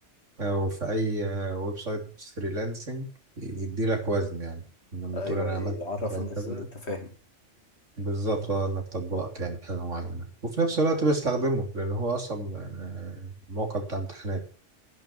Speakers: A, on the right; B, on the left.
A: أو في أي آه، ويب سايت فريلانسنج يديلك وزن يعني لما
B: ايوه
A: تقول أنا
B: أيوة،
A: عملت
B: عرف
A: كذا وكذا
B: الناس ان انت فاهم
A: بالظبط اه إنك طبقت يعني حاجة معينة وفي نفس الوقت بستخدمه لأن هو أصلا آه، موقع بتاع امتحانات